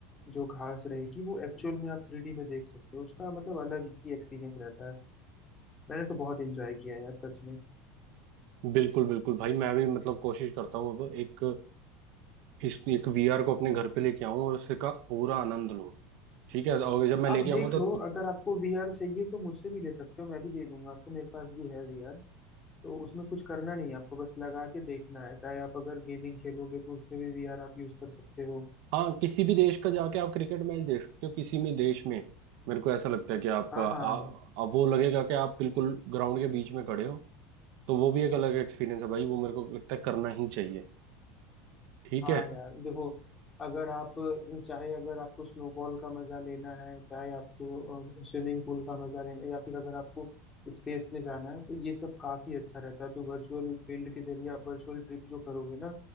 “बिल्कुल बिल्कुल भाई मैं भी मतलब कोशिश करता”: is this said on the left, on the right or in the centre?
Right